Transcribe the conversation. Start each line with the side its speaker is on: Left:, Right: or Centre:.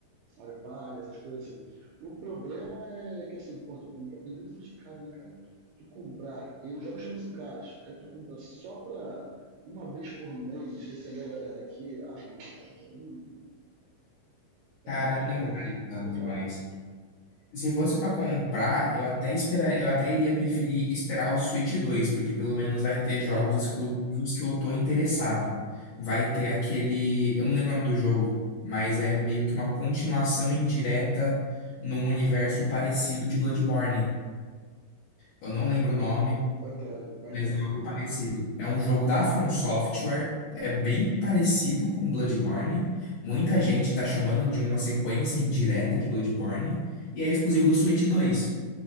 Right: Mario Party, essas coisas assim. O problema é que assim, pô, tu comprar. Nintendo Switch é caro, né, cara? Tu comprar, e os jogos também são caros. Aí tu compra só pra uma vez por mês receber a galera aqui. Ah não, cara, aí não- também
Left: Cara,
Right: fica
Left: não vale tanto,
Right: complicado.
Left: mais se fosse pra comprar, eu até esperar, eu até iria preferir esperar o Switch dois porque pelo menos vai ter jogos
Right: É, ah
Left: exclusivos que eu tô interessado. Vai ter aquele, eu não lembro o nome do jogo, mas é meio que uma continuação indireta num universo parecido de Bloodborne. Eu não lembro o nome,
Right: é, vai ter, vai
Left: mas
Right: ter.
Left: é algo parecido. É um jogo da From Software, é bem parecido com Bloodborne. Muita gente tá chamando de uma sequência indireta de Bloodborne e é exclusivo do Switch dois.